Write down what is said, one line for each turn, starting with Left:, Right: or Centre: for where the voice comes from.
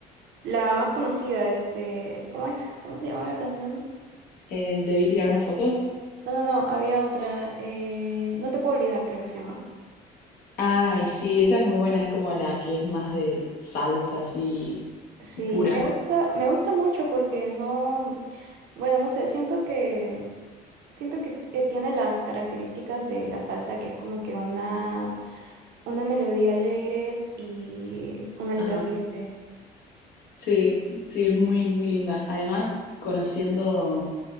Right: La más conocida, este, ¿cómo es? ¿Cómo se llamaba la canción?
Left: Eh, ¿Debí tirar más fotos?
Right: No, no, no, había otra, eh, No te puedo olvidar, creo que se llama.
Left: Ay, sí, esa es muy buena, es como la que es más de salsa así
Right: Sí,
Left: pura.
Right: me gusta, me gusta mucho porque no, bueno, no sé, siento que Siento que eh, tiene las características de la salsa, que es como que una, una melodía alegre y una letra
Left: Ajá.
Right: triste.
Left: Sí, sí, es muy, muy linda. Además, conociendo